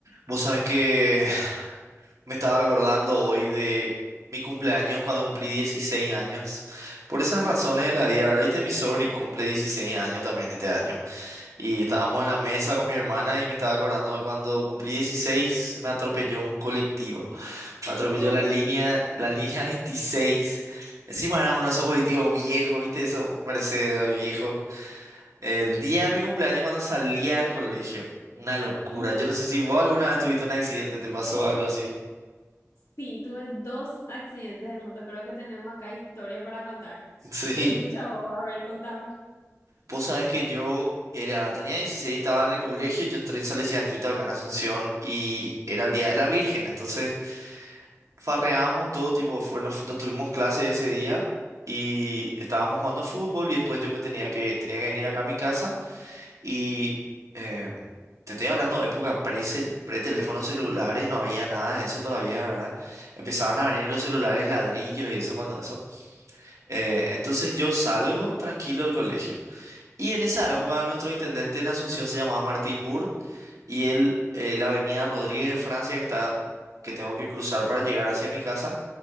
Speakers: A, on the right; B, on the left.
A: Vos sabés que me estaba acordando hoy de mi cumpleaños cuando cumplí 16 años. Por esas razones de la vida, ahora viste, mi y cumple 16 años también este año. Y estábamos en la mesa con mi hermana y me estaba acordando de cuando cumplí 16 me atropelló un colectivo. Me atropelló
B: <laughs>
A: la línea, la línea veintiséis Encima era uno de esos colectivos viejos, viste, esos Mercedes viejos. El día de mi cumpleaños cuando salía del colegio. Una locura.
B: Wow.
A: Yo
B: Uh,
A: no sé si vos alguna vez tuviste un accidente, te pasó algo así.
B: sí, tuve dos accidentes en moto. Creo que tenemos acá historia para contar.
A: <laughs>
B: Te
A: Sí.
B: escucho a vos, a ver, contame.
A: Vos sabés que yo era, tenía 16, estaba en el colegio, yo entré en Salesianito acá en Asunción y era el Día de la Virgen. Entonces farreamos todo tipo, fue, nos, nos tuvimos clase ese día y estábamos jugando fútbol y después yo me tenía que, tenía que venir acá a mi casa. Y eh, te estoy hablando de época pre-cel- pre-teléfonos celulares, no había nada de eso todavía, ¿verdad? Empezaban a venir los celulares ladrillos y eso cuando eso. Eh, entonces yo salgo tranquilo del colegio. Y en esa época nuestro intendente en Asunción se llamaba Martín Burt y él, eh, la avenida Rodríguez de Francia que está, que tengo que cruzar para llegar hacia mi casa